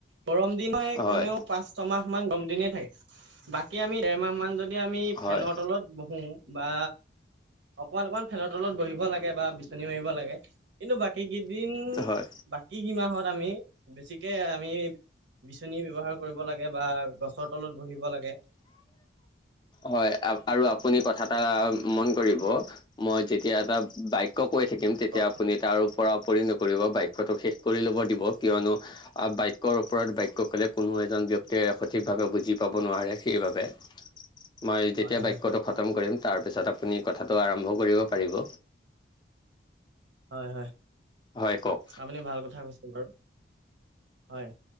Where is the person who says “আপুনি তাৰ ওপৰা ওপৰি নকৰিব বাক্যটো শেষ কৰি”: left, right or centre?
Left